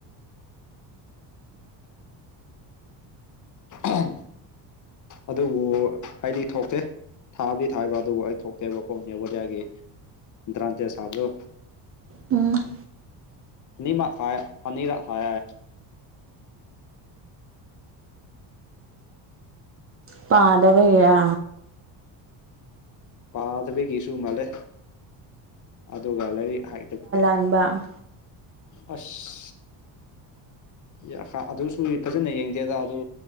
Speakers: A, on the left; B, on the right.
A: ꯑꯍꯥꯝ ꯑꯗꯨꯕꯨ ꯑꯩꯗꯤ ꯊꯣꯛꯇꯦ ꯊꯥꯕꯗꯤ ꯊꯥꯌꯦꯕ ꯑꯗꯨꯕꯨ ꯑꯩ ꯊꯣꯛꯇꯦꯕꯀꯣꯅꯦ ꯅꯦꯕꯣꯗꯤꯌꯥꯒꯤ ꯗ꯭ꯔꯥꯟꯇꯦꯖ ꯊꯥꯕꯗꯣ
B: ꯎꯝ <inaudible>
A: ꯑꯅꯤꯃꯛ ꯊꯥꯏꯌꯦ ꯑꯅꯤꯔꯛ ꯊꯥꯏꯌꯦ
B: ꯄꯥꯗꯕꯒꯤꯔꯥ
A: ꯄꯥꯗꯕꯒꯤꯁꯨ ꯃꯥꯜꯂꯦ ꯑꯗꯨꯒ ꯂꯥꯏꯔꯤꯛ ꯍꯩꯇꯕꯤꯒꯤ
B: ꯇꯥꯟꯕ
A: ꯑꯁ ꯌꯥ ꯍꯥ ꯑꯗꯨꯁꯨ ꯐꯖꯅ ꯌꯦꯡꯗꯦꯗ ꯑꯗꯨ